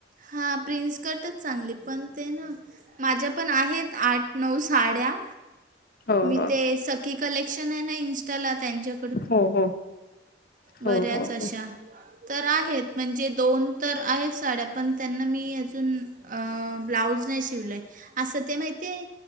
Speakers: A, on the right; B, on the left.
A: हा प्रिंस कटच चांगली पण ते ना माझ्या पण आहेत आठ नऊ साड्या
B: हो
A: मी
B: हो
A: ते सखी कलेक्शन ना इंस्टाला त्यांच्या
B: हो हो
A: बऱ्याच
B: हो हो
A: अशा
B: हो
A: तर आहेत म्हणजे दोन तर आहेत साड्या पण त्यांना मी अजून अहह ब्लाऊज नाही शिवलाय असं ते माहिती आहे.